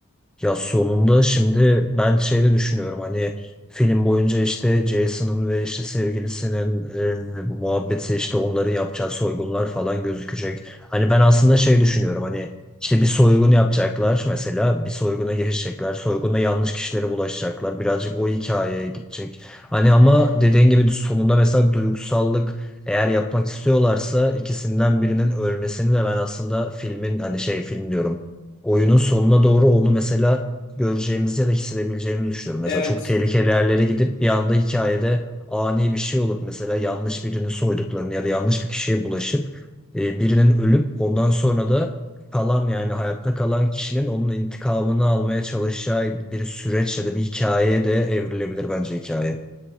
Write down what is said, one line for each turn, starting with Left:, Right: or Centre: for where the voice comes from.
Centre: Ya sonunda şimdi ben şeyde düşünüyorum hani film boyunca işte Jason'ın ve işte sevgilisinin e, muhabbeti işte onların yapacağı soygunlar falan gözükecek. Hani ben aslında şey düşünüyorum hani işte bir soygun yapacaklar mesela bir soyguna girişecekler. Soyguna yanlış kişilere bulaşacaklar. Birazcık o hikayeye gidecek. Hani ama
Left: Hı hı.
Centre: dediğin gibi sonunda mesela duygusallık eğer yapmak istiyorlarsa ikisinden birinin ölmesini de ben aslında filmin hani şey film diyorum oyunun sonuna doğru onu mesela göreceğimizi ya da hissedebileceğimizi düşünüyorum. Mesela
Left: Evet,
Centre: çok tehlikeli yerlere gidip bir anda hikayede ani bir şey olup mesela yanlış birini soyduklarını ya da yanlış bir kişiye bulaşıp e, birinin ölüp ondan sonra da kalan yani hayatta kalan kişinin onun intikamını almaya çalışacağı bir süreç ya da bir hikayeye de evrilebilir bence hikaye.